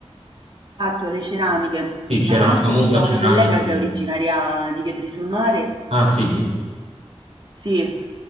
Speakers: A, on the right; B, on the right.
A: fatto le ceramiche,
B: Sì, c'è
A: la conosco
B: la famosa
A: perché ho
B: ceramica
A: una collega
B: di
A: che è
B: Vietri.
A: originaria di Vietri sul Mare,
B: Ah, sì?
A: sì,